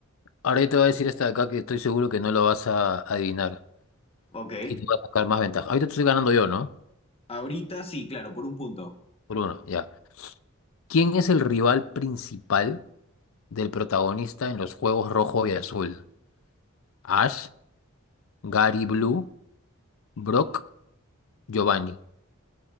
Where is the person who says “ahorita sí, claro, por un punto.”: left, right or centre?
Left